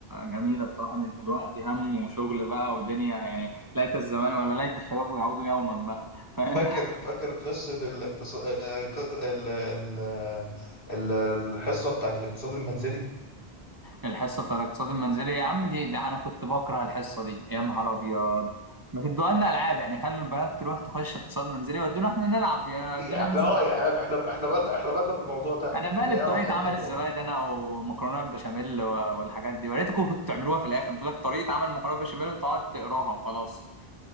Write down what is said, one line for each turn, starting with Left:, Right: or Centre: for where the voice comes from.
Right: جميله بصراحه مش دلوقتي هم وشغل بقى ودنيا يعني ليت الزمان ولا ليت الشباب يعودوا يوما بقى فاهم
Left: فاكر
Right: <laughs>
Left: فاكر قصه الاقتصاد ال... ال... ال... الحصه بتاعت الاقتصاد المنزلي
Right: الحصه بتاعت الاقتصاد المنزلي يا عم دي, دي انا كنت بكره الحصه دي يا نهار ابيض ما تدوها لنا العاب يعني خلوا البنات تروح تخش اقتصاد منزلي ودونا احنا نلعب يا-
Left: يعني
Right: ودونا ننزل
Left: احنا اه
Right: نلعب
Left: يعني احنا احنا بالنا احنا بالنا بالموضوع ده
Right: انا
Left: احنا
Right: مالي
Left: ايه
Right: بطريقه
Left: علاقتنا
Right: عمل
Left: بالموضوع
Right: الزبادي انا ومكرونه بالبشاميل و- والحاجات دي وريتكم كنتوا تعملوها في الاخر تقول لك طريقه عمل مكرونه بالبشاميل وانت تقعد تقراها وخلاص